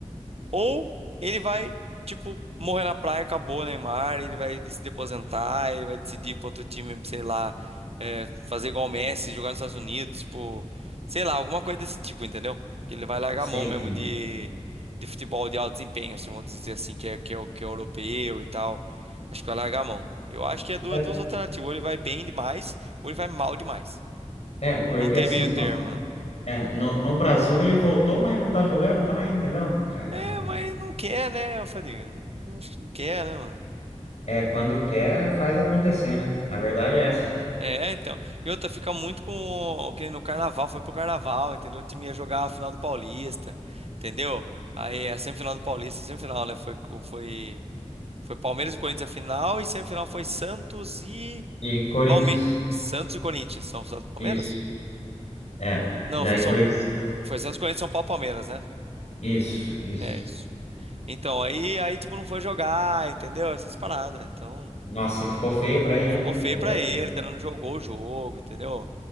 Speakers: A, on the right; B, on the left.
A: Ou ele vai, tipo, morrer na praia, acabou o Neymar, ele vai decidir aposentar, ele vai decidir ir pra outro time, sei lá, é, fazer igual o Messi, jogar nos Estados Unidos, tipo, sei lá, alguma coisa desse tipo, entendeu? Que ele vai largar
B: Sim,
A: a mão mesmo
B: sim.
A: de, de futebol de alto desempenho, assim, vamos dizer assim, que é, que é, o- que é europeu e tal. Acho que vai largar a mão. Eu acho que é duas,
B: É,
A: duas alternativas, ou ele vai bem demais, ou ele vai mal demais.
B: é, porque
A: Não tem
B: assim,
A: meio termo,
B: ó,
A: né?
B: é, no, no Brasil ele voltou, mas não tá jogando também, entendeu? É,
A: É, mas não quer, né, Fadiga? Não, acho que não quer, né, mano?
B: é, quando quer, faz acontecer, né? A verdade é essa.
A: É, então. E outra, fica muito com. Que nem no carnaval, foi pro carnaval, entendeu? O time ia jogar a final do Paulista, entendeu? Aí a semifinal do Paulista, semifinal, né? Foi, co- foi, foi Palmeiras e Corinthians a final, e semifinal foi Santos e.
B: E Corinthians,
A: Palme... Santos e Corinthians. São Santos e Palmeiras?
B: isso. É,
A: Não,
B: e daí
A: foi, São...
B: foi
A: foi Santos, Corinthians São Paulo e Palmeiras, né?
B: isso, isso.
A: É isso. Então, aí, aí, tipo, não foi jogar, entendeu? Essas paradas. Então.
B: Nossa, e ficou feio pra ele,
A: Ficou
B: hein?
A: feio
B: Meu
A: pra
B: Deus.
A: ele, tá? Não jogou o jogo, entendeu?